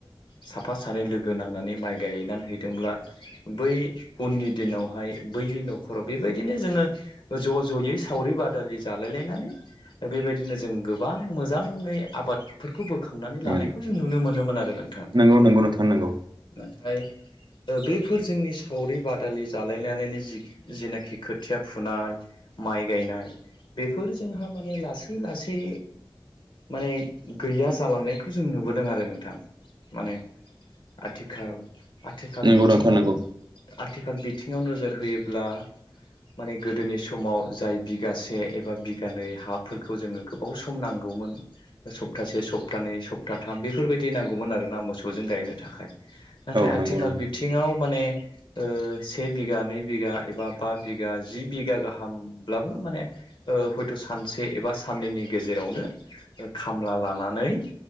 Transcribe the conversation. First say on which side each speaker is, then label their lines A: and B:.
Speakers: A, on the left (about 70°); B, on the right (about 60°).
A: साफा सानै लोगो नांनानै माइ गायनानै हैदोंब्ला बै उननि दिनावहाय बैनि न'खराव बेबायदिनो जोङो ज' ज'यै सावरि बादालि जालाय लायनानै बेबायदिनो जों गोबां मोजाङै आबादफोरखौ बो खांनानै
B: उम
A: लानायखौ जों नुनो मोनोमोन आरो नोंथां।
B: नंगौ नंगौ नोंथां नंगौ
A: नाथाय ओ बेफोर जोंनि सावरि बादालि जालायनानै जि जेनाखि खोथिया फुनाय माइ गायनाय, बेफोर जोंहा माने लासै लासै माने गैया जालांनायखौ जों नुबोदों आरो नोंथां। माने आथिखाल आथिखाल
B: नंगौ
A: बिथिङाव
B: नोंथां नंगौ
A: आथिखाल बि थिङाव नोजोर होयोब्ला माने गोदोनि समाव जाय बिगासे एबा बिगानै हा फोरखौ जोङो गोबाव सम नांगौमोन सप्तासे सप्तानै सप्ताथाम बेफोरबायदि नांगौमोन आरो आरोना मोसौजों गायनो थाखाय नाथाय
B: औ
A: आथिखाल
B: नंगौ नोंथां
A: बिथिङाव माने ओ से बिघा, नै बिघा, एबा बा बिघा, जि बिगा गाहामब्लाबो माने ओ हयथ' सानसे एबा साननैनि गेजेरावनो खामला लानानै